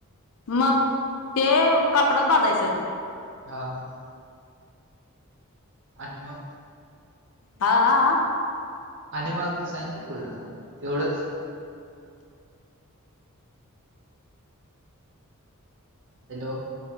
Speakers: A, on the left; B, on the right.
A: मग ते कापडात बांधायचं.
B: हा आ. आणि मग
A: हा हा आ
B: आणि मग सांग की पुढं एवढंच हॅलो.